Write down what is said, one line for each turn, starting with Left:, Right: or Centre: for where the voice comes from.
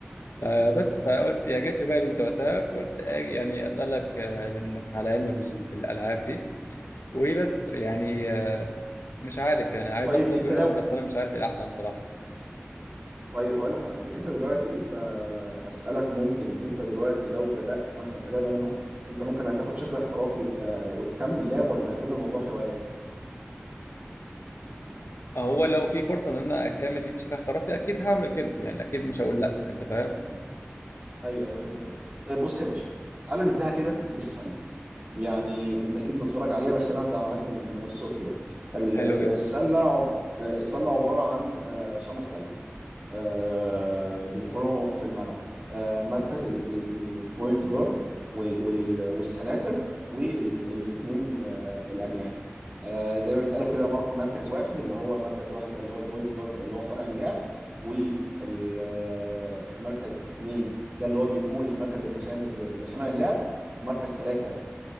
Left: فبس فقلت يا جت في بالي أنت وقتها فقلت آه، يعني أسألك آه، إنك على علم بال- بالألعاب دي وبس يعني آه، مش عارف يعني عايز
Right: طيب
Left: أختار
Right: انت
Left: بينهم
Right: ناوي
Left: بس أنا مش عارف إيه الأحسن بصراحة
Right: طيب هقول لك على حاجه انت دلوقتي انت اسالك ممكن انت دلوقتي لو بدات مثلا في لعبه منهم انت ممكن هتاخد شكل احترافي آه، وتكمل لعب ولا هيكون الموضوع هوايه
Left: هو لو في فرصة إن أنا أكمل فيه بشكل احترافي أكيد هعمل كده يعني أكيد مش هقول لأ أنت فاهم؟
Right: ايوه ايوه فهمت قصدك طيب بص يا باشا تعال نبداها كده بالسله يعني انت اكيد متفرج عليها بس انا هبدا معاك من من الصفر يعني ال-
Left: حلو
Right: آه،
Left: جدا
Right: السله عب- آه، السله عباره عن آه، خمس لعيبه آه، بيكونوا في الملعب آه، مركز البوينت جارد والسناتر والاثنين الاجنحه آه، زي ما بيتقالوا كده مر- مركز واحد اللي هو مركز واحد ده اللي هو البوينت جارد اللي هو صانع اللعب ومركز اثنين ده اللي هو بيكون المركز المساند ل- لصانع اللعب ومركز ثلاثة